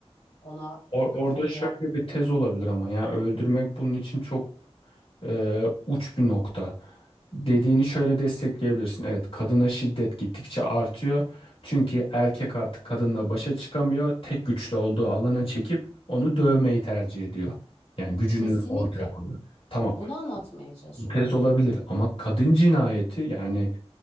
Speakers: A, on the left; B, on the left.
A: Ona
B: Or-
A: e, kafa
B: orada
A: eğen.
B: şöyle bir tez olabilir ama ya öldürmek bunun için çok e, uç bir nokta. Dediğini şöyle destekleyebilirsin. Evet, kadına şiddet gittikçe artıyor. Çünkü erkek artık kadınla başa çıkamıyor. Tek güçlü olduğu alana çekip onu dövmeyi tercih ediyor. Yani gücünü
A: Kesinlikle
B: ortaya koyuyor. Tamam.
A: bunu anlatmaya çalışıyorum.
B: Bu tez olabilir ama kadın cinayeti yani